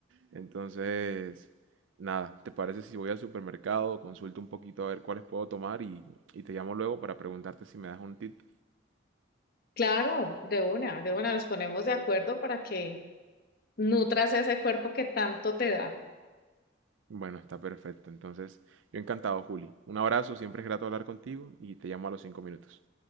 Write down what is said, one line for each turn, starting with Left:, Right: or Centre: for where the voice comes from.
Right: Entonces, nada, ¿te parece si voy al supermercado, consulto un poquito a ver cuáles puedo tomar y, y te llamo luego para preguntarte si me das un tip?
Left: Claro, de una, de una nos ponemos de acuerdo para que nutras ese cuerpo que tanto te da.
Right: Bueno, está perfecto. Entonces, yo encantado, Juli. Un abrazo, siempre es grato hablar contigo y te llamo a los cinco minutos.